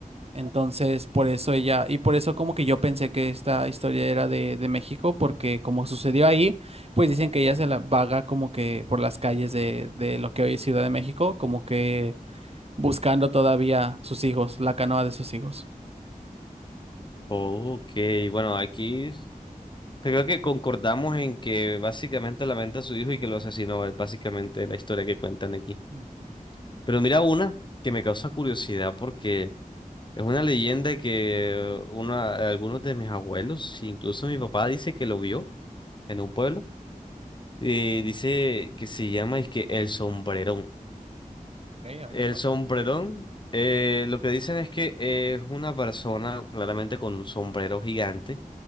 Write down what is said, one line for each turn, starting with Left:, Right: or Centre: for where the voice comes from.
Right: Entonces, por eso ella, y por eso como que yo pensé que esta historia era de, de México, porque como sucedió ahí, pues dicen que ella se la vaga como que por las calles de, de lo que hoy es Ciudad de México, como que buscando todavía sus hijos, la canoa de sus hijos.
Left: Ok, bueno, aquí Pues Creo que concordamos en que básicamente lamenta a su hijo y que lo asesinó. Es básicamente la historia que cuentan aquí.
Right: Ujú,
Left: Pero mira una que me causa curiosidad porque es una leyenda que uno algunos de mis abuelos, incluso mi papá, dice que lo vio en un pueblo. eh, dice que se llama es que el sombrerón.
Right: Frecuenta.
Left: El sombrerón, eh, lo que dicen es que es una persona claramente con un sombrero gigante,